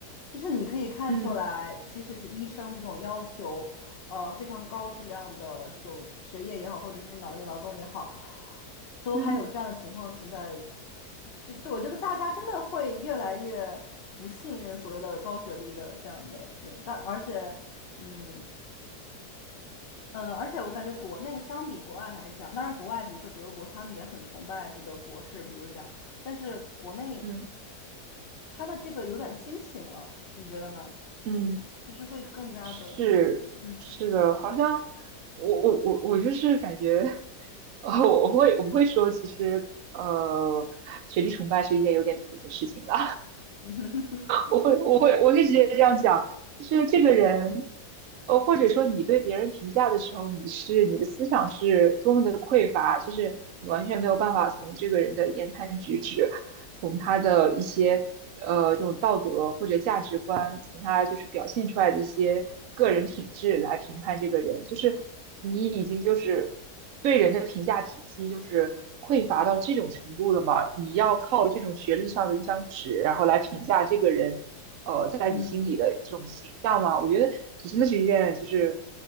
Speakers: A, on the left; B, on the right.
A: 就是你可以看出来，
B: 嗯。
A: 即使是医生这种要求，呃非常高质量的这种学业也好，或者是说脑力劳动也好，都还有这样的情况存在。
B: 嗯
A: 就就我觉得大家真的会越来越不信任所谓的高学历的这样的人，但而且，嗯。嗯，呃而且我感觉国内相比国外来讲，当然国外比如说德国，他们也很崇拜这个博士，比如讲，但是国内
B: 嗯
A: 他的这个有点畸形了，你觉得呢？
B: 嗯，
A: 就是会更加的，
B: 是是的，
A: 嗯
B: 好像我我我我就是感觉，呃，我会我会说，其实呃，学历崇拜是一件有点土的事情了。
A: <laughs> 嗯
B: 我会我会我会直接这样讲，就是这个人，呃，或者说你对别人评价的时候，你是你的思想是多么的匮乏，就是你完全没有办法从这个人的言谈举止，从他的一些呃这种道德或者价值观，从他就是表现出来的一些个人品质来评判这个人，就是你已经就是。对人的评价体系就是匮乏到这种程度了吗？你要靠这种学历上的一张纸，然后来评价这个人，呃，在你心里的这种形象吗？
A: 嗯
B: 我觉得这真的是一件就是